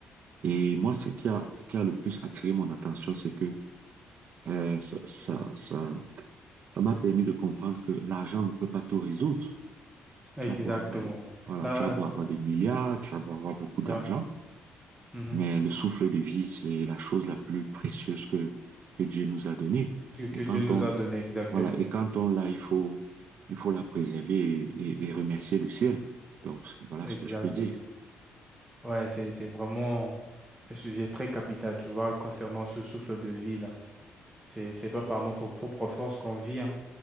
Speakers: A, on the right; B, in the centre.
A: Et moi, ce qui a, qui a le plus attiré mon attention, c'est que euh, ça, ça, ça, ça m'a permis de comprendre que l'argent ne peut pas tout résoudre.
B: Exactement.
A: Tu as beau avoir des, voilà,
B: Là,
A: tu as beau avoir des milliards, tu as beau avoir beaucoup
B: ouais,
A: d'argent,
B: mhm,
A: mais le souffle de vie, c'est la chose la plus précieuse que, que Dieu nous a donnée.
B: Que, que
A: Et
B: Dieu
A: quand
B: nous
A: on,
B: a donné, exactement,
A: Voilà, et quand on l'a, il faut, il faut la préserver et, et- et remercier le ciel. Donc, voilà
B: exactement.
A: ce que je peux dire.
B: Ouais, c'est, c'est vraiment un sujet très capital, tu vois, concernant ce souffle de vie là. C'est, c'est pas par notre propre force qu'on vit, hein.